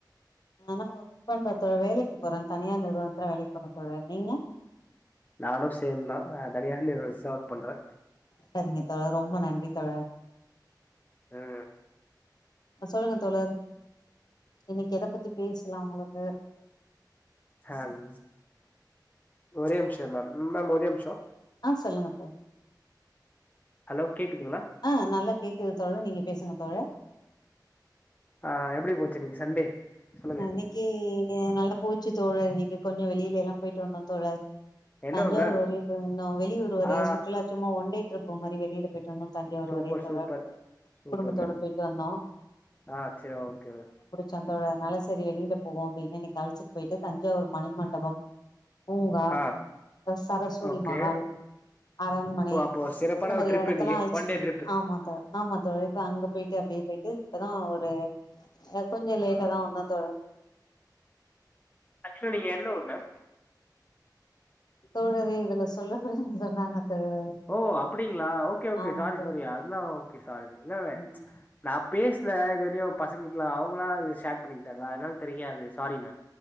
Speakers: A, on the left (about 65°); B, on the left (about 20°).
A: நா ஒர்க் பண்றே தோழர் வேலைக்கு போறே தனியார் நிறுவனத்துல வேலைக்கு போறே தோழர் நீங்க
B: நானு சேம் தா ஆ தனியார் நிறுவனத்தல ஒர்க் பண்றே
A: செரிங்க தோழர் ரொம்ப நன்றி தோழர்
B: ம்
A: சொல்லுங்க தோழர் இன்னிக்கு எத பத்தி பேசலா உங்களுக்கு
B: அம் ஒரே நிமுஷோ மேம் மேம் ஒரே நிமுஷோ
A: ஆ சொல்லுங்க தோழர்
B: ஹலோ கேக்குதுங்கலா
A: ஆ நல்லா கேக்குது தோழர் நீங்க பேசுங்க தோழர்
B: ஆ எப்டி போச்சு இன்னைக்கு சண்டே சொல்லுங்க
A: இன்னைக்கு நல்ல போச்சு தோழர் இன்னைக்கு கொஞ்சோ வெளியிலல்லா போயிட்டு வந்தோ தோழர்
B: என்ன
A: தஞ்சாவூர்
B: ஊர் மேம்
A: வரயு போனோ வெளியூர் வர
B: ஆ
A: சுற்றுலா சும்மா ஒண்டே ட்ரிப்பு மாரி வெளியில போயிட்டு வந்தோ தஞ்சாவுர்
B: சூப்பர்
A: வரயு தோழர்
B: சூப்பர் சூப்பர்
A: குடும்பத்தோட
B: மேம்
A: போயிட்டு வந்தோ
B: ஆ செரி ஓகே
A: சந்தோழனால செரி வெளியில போவோ அப்டின்னு இன்னைக்கு அழச்சிட்டு போயிட்டு தஞ்சாவூர் மணிமண்டபம் பூங்கா
B: ஆ
A: அப்றோ சரஸ்வதி
B: ஓகே
A: மஹால் அரண்மனை
B: ஓ அப்போ சிறப்பான
A: இந்த மாதிரி
B: ஒரு ட்ரிப்
A: இடத்தல்லா
B: இன்னைக்கு
A: அழிச்சுரு
B: ஒன் டே ட்ரிப்
A: ஆமா தோழர் ஆமா தோழர் அங்க போயிட்டு அப்டியே போயிட்டு இப்பதா ஒரு கொஞ்சோ
B: ஆ
A: லேட்டா தா வந்த தோழ்
B: ஆக்ஸலி நிங்க என்ன ஊர் மேம்
A: தோழரே இதுல சொல்ல கூடாதுனு சொன்னாங்க தோழா
B: ஓ அப்டிங்களா ஓகே ஓகே
A: ஆமா
B: சாரி
A: தோழா
B: சாரி அதெல்லா ஓகே சாரி இல்லல்ல
A: ம்
B: நா பேசுன இது தரியு பசங்கிட்டலா அவங்களா ஷேர் பண்ணிக்கிட்டாங்க அதனால தெரியாது சாரி‌ங்க